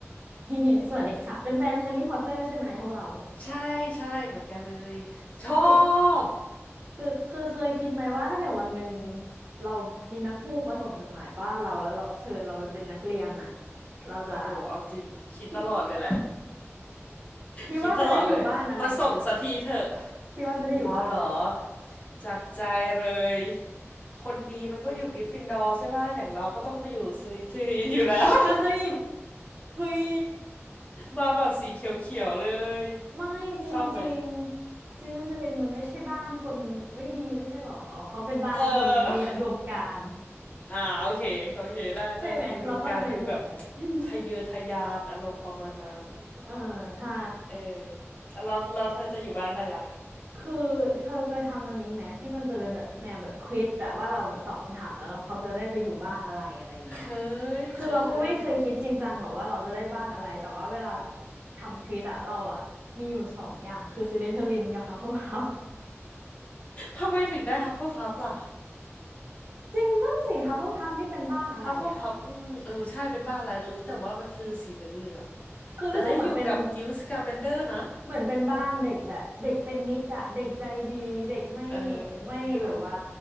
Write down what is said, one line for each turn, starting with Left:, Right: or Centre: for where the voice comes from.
Right: <laughs> พี่สวัสดีค่ะเป็นแฟนแฮร์รี่พอตเตอร์ใช่ไหมพวกเรา
Left: ใช่ใช่เหมือนกันเลยชอ
Right: คือ
Left: บ
Right: คือคือเคยคิดไหมว่าถ้าเกิดวันหนึ่งเรามีนักพูกมาส่งจดหมายบ้านเราแล้วเราเชิญเราไปเป็นนักเรียนน่ะเราจะ
Left: โอ้โหเอาจริงคิดตลอดเลยแหละ
Right: พี่ <laughs> พี่ <laughs>
Left: คิดตลอดเลยมาส่งสักทีเถอะ
Right: ว่าจะได้อยู่บ้านอะไรคะพี่ว่าจะได้อยู่บ้านอะไร
Left: เราเหรอจากใจเลยคนดีมันก็อยู่กริฟฟินดอร์ใช่ป่ะอย่างเราก็ต้องไปอยู่ซื้ธทือินอยู่แล้ว <laughs>
Right: เฮ้ยเฮ้ย
Left: มาแบบสีเขียวๆเลย
Right: ไม่จริงๆจีนนเรนมันไม่ใช่บ้านคนไม่ดีไม่ใช่หรอเขาเป็นบ้านคนมีอุดมการณ์
Left: ชอบไหมเอออ่าโอเคโอเคได้ได้มีอุดมการณ์ดูแบบ
Right: ใช่ไหมเราเข้าใจถูกไหม <laughs>
Left: ทะเยอทะยานอารมณ์ประมาณนั้น
Right: เออใช่
Left: เออแล้วเราเธอจะอยู่บ้านอะไรล่ะ
Right: คือเธอเคยทำอันนี้ไหมที่มันจะเป็นแบบแนวแบบควิซอะว่าเราแบบตอบคำถามแล้วเราเขาจะได้ไปอยู่บ้านอะไรอะไรเงี้ย
Left: เคยเคย
Right: คือเราก็ไม่เคยคิดจริงจังหรอกว่าเราจะได้บ้านอะไรแต่ว่าเวลาทำควิซอะเราอะมีอยู่สองอย่างคือซิลิเทอรินกับฮัฟเฟิลพัฟ
Left: ทำไมถึงได้ฮัฟเฟิลพับล่ะ
Right: จริงนั่นสิฮัฟเฟิลพัฟนี่เป็นบ้านอะไรอะ
Left: ฮัฟเฟิลพับอืมเออใช่เป็นบ้านลายรู้แต่ว่ามันคือสีเหลืองๆแต่ได้อยู่กับนิวสกาแมนเดอร์นะ
Right: คือรู้สึกเหมือนเป็น เหมือนเป็นบ้านเด็กแบบเด็กเป็นมิตรอะเด็กใจดีเด็กไม่
Left: เออดู
Right: ไม่แบบว่า